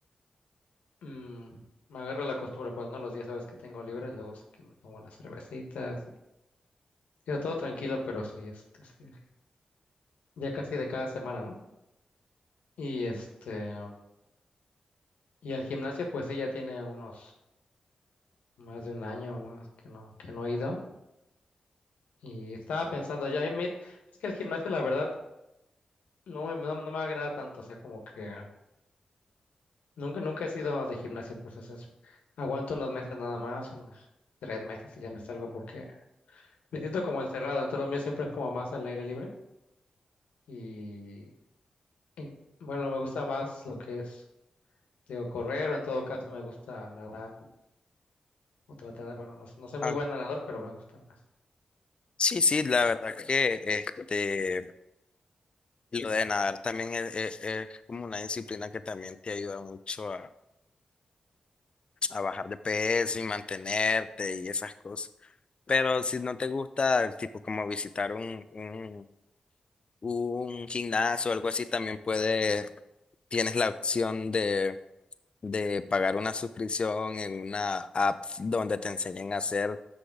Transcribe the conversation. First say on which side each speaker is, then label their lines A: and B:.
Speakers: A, on the left; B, on the left.
A: mm, me agarro la costumbre, pues no los días sabes que tengo libres, luego sí que me tomo las cervecitas, y, digo, todo tranquilo, pero sí, este, sí, sí, ya casi de cada semana, ¿no? Y este, y al gimnasio, pues sí, ya tiene unos Más de un año más que no, que no he ido. Y estaba pensando, ya, me- es que el gimnasio, la verdad, no me, no, no me agrada tanto. O sea, como que nunca, nunca he sido de gimnasio, pues, o sea, es- aguanto unos meses nada más, unos tres meses y ya me salgo porque me siento como encerrado. Entonces, lo mío siempre es como más al aire libre. Y, en- bueno, me gusta más lo que es, digo, correr o en todo caso me gusta nadar o tratar, bueno, no, no soy muy
B: Ah,
A: buen nadador, pero me gusta más.
B: sí, sí, la verdad que este, lo de nadar también es, es- es como una disciplina que también te ayuda mucho a bajar de peso y mantenerte y esas cosas. Pero si no te gusta, tipo como visitar un, un, un gimnasio o algo así, también puedes, tienes la opción de, de pagar una suscripción en una app donde te enseñen a hacer